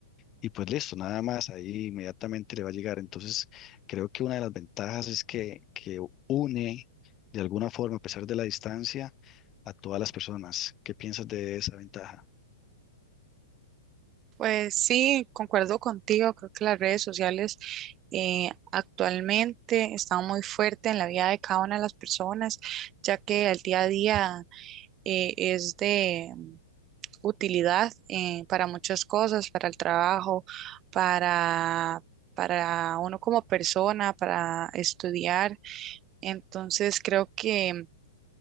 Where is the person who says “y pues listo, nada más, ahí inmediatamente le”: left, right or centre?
Left